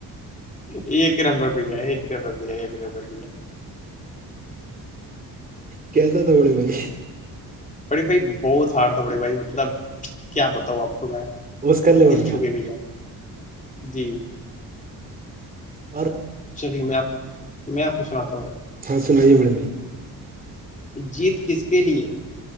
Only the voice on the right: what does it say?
کیس تھا بڑے بھائی
اس کا لیول
کا
ہ
ہاں سنائیے بولے بھائی